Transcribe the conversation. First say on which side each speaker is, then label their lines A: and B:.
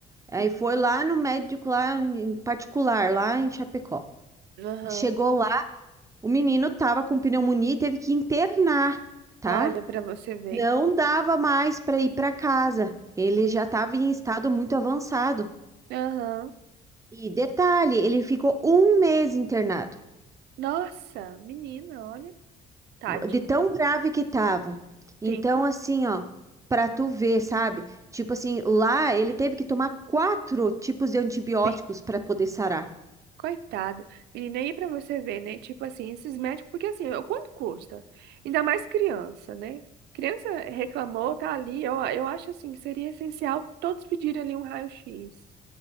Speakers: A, on the right; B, on the right.
A: Aí,
B: Uhum.
A: foi lá no médico lá em particular, lá em Chapecó.
B: Aham.
A: Chegou lá, o menino tava com pneumonia e teve que internar, tá?
B: Olha pra você ver.
A: Não dava mais para ir para casa. Ele
B: Sim.
A: já estava em estado muito avançado.
B: Aham.
A: E detalhe, ele ficou um mês internado,
B: Nossa, menina, olha. Tadinho.
A: de tão grave que tava. Então,
B: Sim,
A: assim, ó, pra tu ver, sabe? Tipo assim, lá ele teve que tomar quatro tipos de antibióticos
B: sim.
A: para poder sarar.
B: Coitado. Menina, aí pra você ver, né? Tipo assim, esses médicos, porque assim, ó, quanto custa? Ainda mais criança, né? Criança reclamou, tá ali. Eu, eu acho assim que seria essencial todos pedirem ali um raio-x.